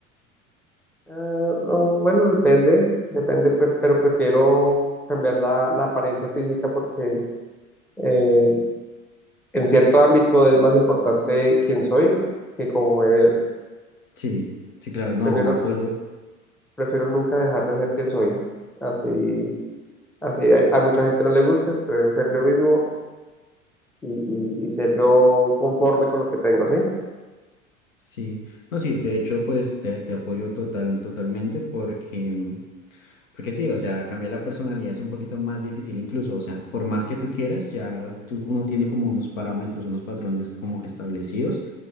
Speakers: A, in the centre; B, on the left (about 75°).
A: Ah, no, bueno, depende, depende, pre- pero prefiero cambiar la, la apariencia física porque eh, en cierto ámbito es más importante quién soy que como me veo.
B: Sí, sí, claro, no,
A: Prefiero,
B: apoyo.
A: prefiero nunca dejar de ser quien soy. Así, así hay- a, mucha gente no le guste, pero ser yo mismo y, y, y ser yo conforme con lo que tengo, ¿sí?
B: Sí, no, sí, de hecho, pues te, te apoyo total, totalmente porque, mm, porque sí, o sea, cambiar la personalidad es un poquito más difícil, incluso, o sea, por más que tú quieras, ya tú- uno tiene como unos parámetros, unos patrones como establecidos.